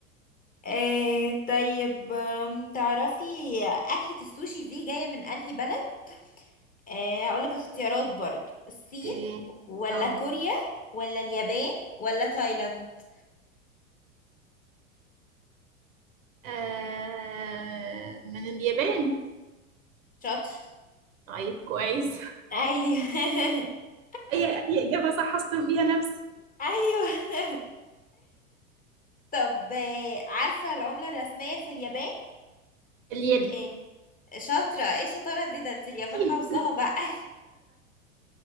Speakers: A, on the left; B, on the right.
A: إيه طيب آم، تعرفي أكلة السوشي دي جاية من أنهي بلد؟ إيه أقولك اختيارات برضو الصين
B: اوكي
A: ولا
B: اه
A: كوريا ولا اليابان ولا تايلاند
B: آه، من <laughs> اليابان
A: شاطر
B: طيب كويس
A: أيوه <laughs>
B: اي اي اجابه صح اصطر بيها نفسي
A: أيوه طب آه، عارفة العملة الرسمية في اليابان؟
B: الين
A: إيه شاطرة ايه الشطارة دي ده انت اليابان
B: ماشي.
A: حافظاها بقى <laughs>